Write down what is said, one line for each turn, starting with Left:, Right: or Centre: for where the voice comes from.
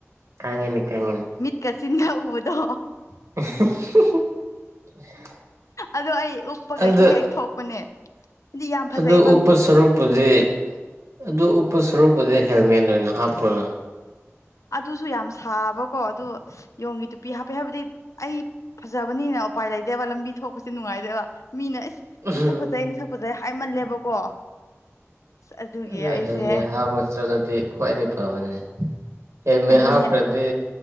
Right: ꯀꯪꯉꯅꯤ ꯀꯪꯉꯅꯤ
Left: ꯀꯁꯤꯟꯗ ꯎꯕꯗꯣ
Right: <inaudible>
Left: ꯑꯗꯣ ꯑꯩ ꯎꯞꯄꯒ
Right: ꯑꯗꯨ
Left: ꯍꯦꯛ ꯍꯦꯛ ꯊꯣꯛꯄꯅꯦ ꯍꯥꯏꯗꯤ ꯌꯥꯝ ꯐꯖꯩ
Right: ꯑꯗꯨ ꯎꯞꯄ ꯁꯔꯨꯛꯄꯨꯗꯤ ꯑꯗꯨ ꯎꯞꯄ ꯁꯔꯨꯛꯄꯨꯗꯤ ꯍꯦꯜꯃꯦꯠ ꯑꯣꯏꯅ ꯍꯥꯞꯄꯅꯨ
Left: ꯑꯗꯨꯁꯨ ꯌꯥꯝ ꯁꯥꯕꯀꯣ ꯑꯗꯨ ꯌꯣꯡꯒꯤ ꯇꯨꯄꯤ ꯍꯥꯞꯄꯦ ꯍꯥꯏꯕꯗꯤ ꯑꯩ ꯐꯖꯕꯅꯤꯅ ꯎꯄꯥꯏ ꯂꯩꯇꯦꯕ ꯂꯝꯕꯤ ꯊꯣꯛꯄꯁꯦ ꯅꯨꯡꯉꯥꯏꯇꯦꯕ ꯃꯤꯅ ꯑꯦꯁ
Right: ꯎꯝ
Left: ꯁꯛꯄꯁꯩ ꯑꯩꯩꯅ ꯁꯛꯄꯠꯖꯩ ꯍꯥꯏꯃꯜꯂꯦꯕꯀꯣ ꯑꯗꯨꯒꯤ
Right: ꯑꯗꯨ
Left: ꯑꯩꯁꯦ
Right: ꯍꯦꯜꯃꯦꯠ ꯍꯥꯞꯄꯒ ꯆꯠꯂꯗꯤ ꯈ꯭ꯋꯥꯏꯗꯒꯤ ꯐꯕꯅꯤ ꯍꯦꯜꯃꯦꯠ
Left: ꯑꯗꯨꯅꯦ
Right: ꯍꯥꯞꯈ꯭ꯔꯗꯤ